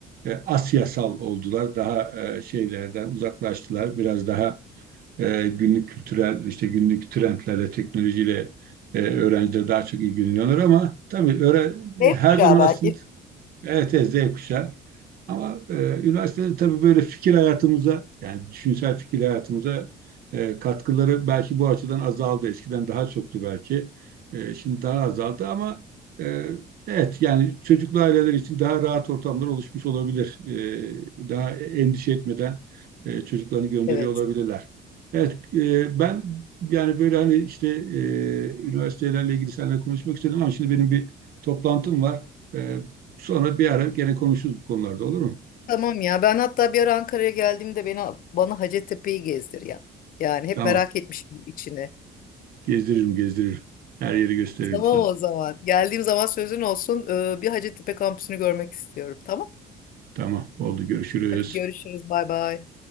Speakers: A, on the right; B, on the left.
A: e, asiyasal oldular, daha e, şeylerden uzaklaştılar, biraz daha e, günlük kültürel işte günlük trendlerle, teknolojiyle e, öğrenciler daha çok ilgileniyorlar ama tabii öyle
B: Ne
A: her zaman
B: ya belki?
A: aslında evet evet, Z kuşağı ama e, üniversitede tabii böyle fikir hayatımıza yani düşünsel fikir hayatımıza e, katkıları belki bu açıdan azaldı. Eskiden daha çoktu belki. E, şimdi daha azaldı ama e, evet yani çocuklu aileler için daha rahat ortamlar oluşmuş olabilir. E, daha endişe etmeden e, çocuklarını gönderiyor
B: Evet.
A: olabilirler. Evet e, ben yani böyle hani işte e, üniversitelerle ilgili seninle konuşmak istedim ama şimdi benim bir toplantım var. E, Sonra bir ara gene konuşuruz bu konularda olur mu?
B: Tamam ya ben hatta bir ara Ankara'ya geldiğimde beni bana Hacettepe'yi gezdir ya. Yani hep
A: Tamam.
B: merak etmişim içini.
A: Gezdiririm, gezdiririm. Her yeri gösteririm
B: Tamam
A: sana.
B: o zaman. Geldiğim zaman sözün olsun. Ee, bir Hacettepe kampüsünü görmek istiyorum. Tamam.
A: Tamam, oldu. Görüşürüz.
B: Hadi görüşürüz. Bay bay.